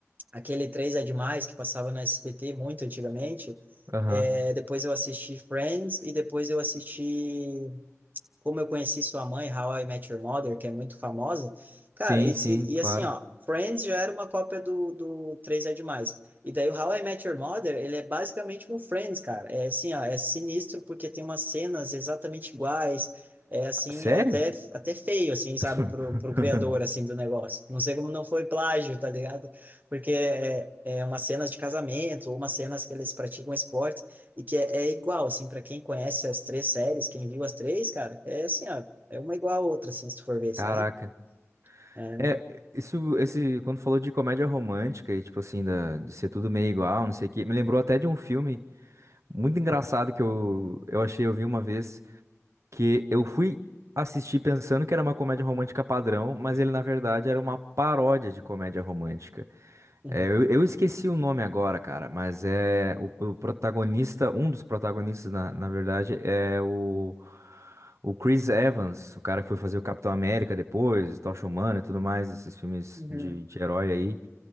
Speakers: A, on the right; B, on the right.
A: aquele Três é Demais que passava no SBT muito antigamente.
B: aham.
A: É, depois eu assisti Friends e depois eu assisti como Eu Conheci Sua Mãe, How I Met Your Mother, que é muito famosa. Cara,
B: Sim,
A: e,
B: sim,
A: se- e
B: claro.
A: assim, ó, Friends já era uma cópia do, do Três é Demais. E daí o How I Met Your Mother, ele é basicamente um Friends, cara. É assim, ó, é sinistro porque tem umas cenas exatamente iguais. É assim,
B: Sério?
A: é até, até feio, assim, sabe,
B: <laughs>
A: pro, pro criador, assim, do negócio. Não sei como não foi plágio, tá ligado? Porque é, é umas cenas de casamento, ou umas cenas que eles praticam esporte, e que é, é igual, assim, para quem conhece as três séries, quem viu as três, cara, é assim, ó, é uma igual a outra, assim, se tu for ver,
B: Caraca.
A: sabe? É.
B: É, isso, esse, quando falou de comédia romântica e, tipo assim, da, de ser tudo meio igual, não sei o quê, me lembrou até de um filme muito engraçado que eu, eu achei, eu vi uma vez, que eu fui assistir pensando que era uma comédia romântica padrão, mas ele na verdade era uma paródia de comédia romântica.
A: Uhum.
B: É, eu, eu esqueci o nome agora, cara, mas é o, o protagonista, um dos protagonistas na, na verdade é o o Chris Evans, o cara que foi fazer o Capitão América depois, Tocha Humana e tudo mais, esses filmes
A: Uhum.
B: de, de herói aí.